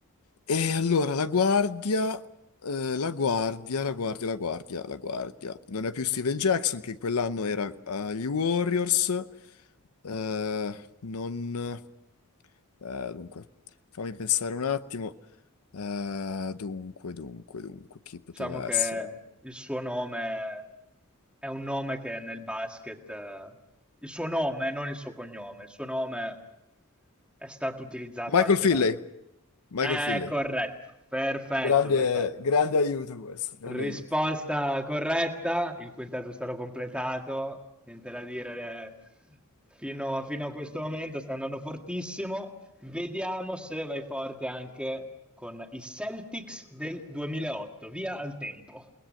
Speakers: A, on the left; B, in the centre.
A: E allora la guardia, eh, la guardia, la guardia, la guardia, la guardia. Non è più Steven Jackson che in quell'anno era agli Warriors. Eh, non... eh, dunque, fammi pensare un attimo. Eh, dunque, dunque, dunque, chi poteva
B: Diciamo che
A: essere?
B: il suo nome è un nome che nel basket, eh, il suo nome, non il suo cognome, il suo nome è stato utilizzato
A: Michael
B: anche
A: Finley.
B: da
A: Michael
B: è
A: Finley.
B: corretto, perfetto,
A: Grande,
B: perfetto.
A: grande aiuto questo, grande
B: Risposta
A: aiuto.
B: corretta, il quintetto è stato completato, niente da dire, eh, fino, fino a questo momento sta andando fortissimo. Vediamo se vai forte anche con i Celtics del 2008. Via al tempo.